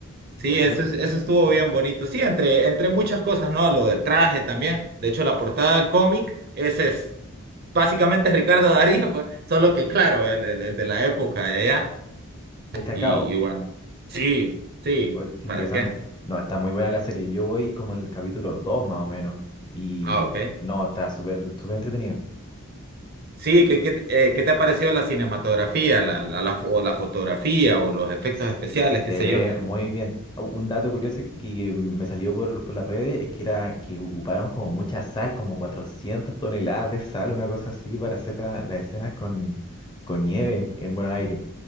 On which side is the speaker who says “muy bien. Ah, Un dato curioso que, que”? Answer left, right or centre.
Left